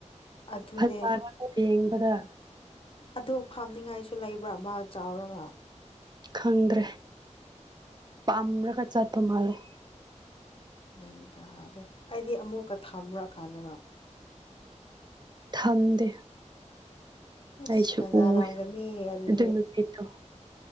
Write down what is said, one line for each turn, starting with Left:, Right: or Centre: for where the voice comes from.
Left: ꯑꯗꯨꯅꯦ
Right: ꯐꯖꯔꯒ ꯌꯦꯡꯕꯗ
Left: ꯑꯗꯣ ꯐꯥꯝꯅꯤꯉꯥꯏꯁꯨ ꯂꯩꯕ꯭ꯔꯥ ꯃꯥ ꯆꯥꯎꯔꯒ
Right: ꯈꯪꯗ꯭ꯔꯦ ꯄꯥꯝꯂꯒ ꯆꯠꯄ ꯃꯥꯜꯂꯦ
Left: ꯌꯥꯅꯤ ꯇꯗꯦ ꯑꯩꯗꯤ ꯑꯃꯨꯛꯀ ꯊꯥꯝꯃꯨꯔꯛꯀꯥꯟꯗꯒ
Right: ꯊꯝꯗꯦ
Left: ꯑꯁ
Right: ꯑꯩꯁꯨ
Left: ꯐꯖꯔꯝꯒꯅꯤ
Right: ꯎꯋꯦ
Left: ꯑꯗꯨꯗꯤ
Right: ꯑꯗꯨ ꯅꯨꯄꯤꯗꯣ